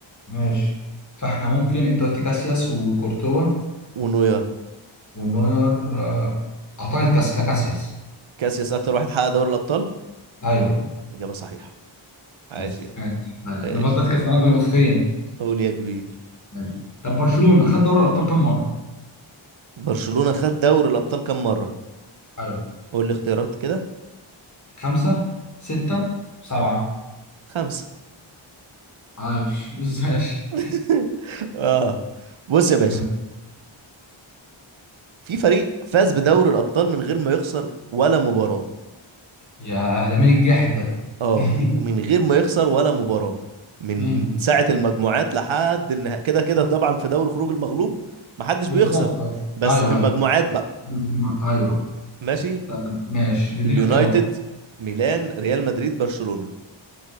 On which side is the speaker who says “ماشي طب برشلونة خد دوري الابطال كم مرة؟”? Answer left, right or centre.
Left